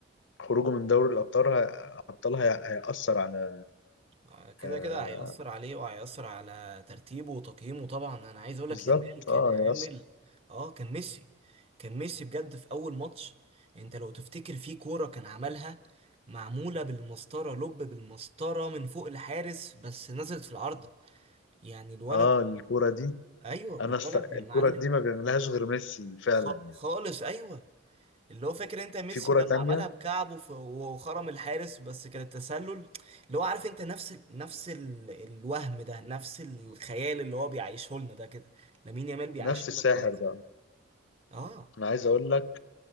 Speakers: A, on the left; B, on the right.
A: خروجه من دوري الابطال ه- ابطال هي- هيأثر على
B: آه، كده
A: آه،
B: كده هيأثر عليه وهيأثر على ترتيبه وتقييمه طبعا انا عايز اقول لك
A: بالظبط
B: يامال كان
A: اه
B: عامل
A: هيأثر
B: اه كان ميسي كان ميسي بجد في اول ماتش انت لو تفتكر في كورة كان عملها معمولة بالمسطرة لب بالمسطرة من فوق الحارس بس نزلت في العارضة يعني الولد
A: اه الكرة دي
B: ايوه
A: انا
B: والولد
A: است... الكرة
B: يا معلم
A: دي ما بيعملهاش غير ميسي فعلا
B: خ-
A: يعني
B: خالص ايوه اللي هو فاكر انت ميسي
A: في كرة
B: لما
A: تانية
B: عملها بكعبه في- وخرم الحارس بس كان التسلل اللي هو عارف انت نفس ال... نفس ال... الوهم ده نفس الخيال اللي هو بيعيشه لنا ده كده لامين يامال بيعيشه
A: نفس الساحر
B: لنا دلوقتي
A: بقى
B: اه
A: انا عايز اقول لك